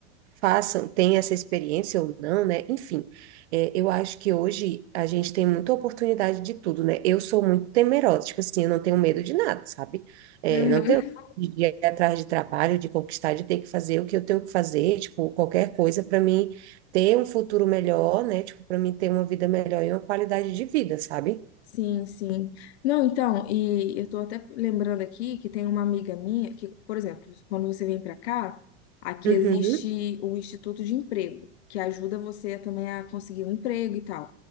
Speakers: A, on the right; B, on the left.
A: façam, tenham essa experiência ou não, né? Enfim, é, eu acho que hoje a gente tem muita oportunidade de tudo, né? Eu sou muito temerosa, tipo assim, eu não tenho medo de nada, sabe? É,
B: aham.
A: não tenho medo de ir atrás de trabalho, de conquistar, de ter que fazer o que eu tenho que fazer, tipo, qualquer coisa para mim ter um futuro melhor, né? Tipo, para mim ter uma vida melhor e uma qualidade de vida, sabe?
B: Sim, sim. Não, então, e eu tô até lembrando aqui que tem uma amiga minha que, por exemplo, quando você vem pra cá, aqui
A: Uhum,
B: existe o Instituto de Emprego, que ajuda você também a conseguir um emprego e tal.